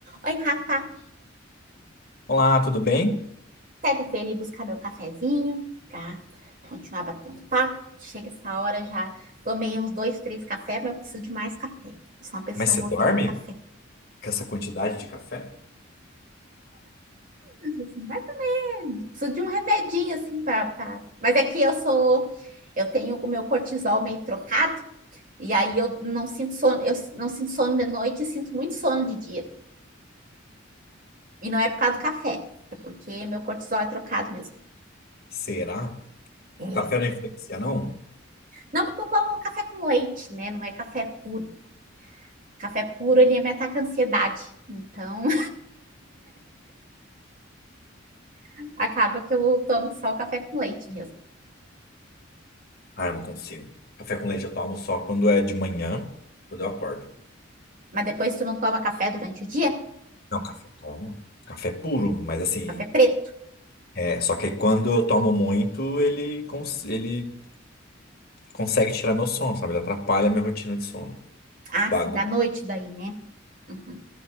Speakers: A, on the right (about 40°); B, on the left (about 50°).
A: Oi, Rafa.
B: Olá, tudo bem?
A: Certo, eu fui ali buscar meu cafezinho para continuar batendo papo. Chega essa hora, já tomei uns dois, três cafés, mas eu preciso de mais café. Eu sou uma pessoa
B: Mas você
A: movida
B: dorme
A: a café.
B: com essa quantidade de café?
A: Mas, assim, mas eu preciso de um remedinho, assim, para... Pra... Mas é que eu sou... Eu tenho o meu cortisol meio trocado, e aí eu não sinto sono, eu não sinto sono de noite e sinto muito sono de dia. E não é por causa do café, é porque meu cortisol é trocado mesmo.
B: Será?
A: É.
B: Café não influencia, não?
A: Não porque eu tomo café com leite, né? Não é café puro. Café puro, ele me ataca a ansiedade. Então, <laughs> acaba que eu tomo só o café com leite mesmo.
B: Ah, eu não consigo. Café com leite eu tomo só quando é de manhã, quando eu acordo.
A: Mas depois tu não toma café durante o dia?
B: Não, café eu tomo. Café é puro, mas assim,
A: Café preto.
B: é, só que quando eu tomo muito, ele, cons- ele consegue tirar meu sono, sabe? Ele atrapalha a minha rotina de sono.
A: Ah,
B: Bagulho.
A: sim, da noite daí, né? Uhum.